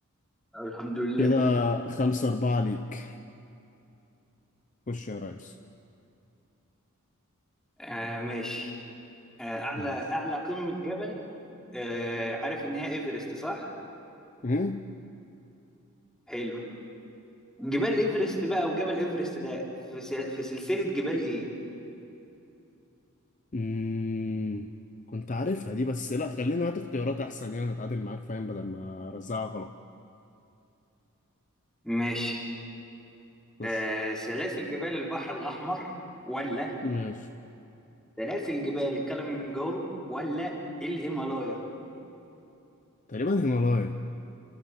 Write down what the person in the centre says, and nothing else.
أو الحمد لله
آه ماشي آه أعلى
أعلى قمة جبل آه عارف إن هي إيفرست صح؟
حلو جبال إيفرست بقى وجبل إيفرست ده في, سل... في سلسلة جبال إيه؟
ماشي
آه سلاسل جبال البحر الأحمر ولا
سلاسل جبال كلمنجارو ولا الهيمالايا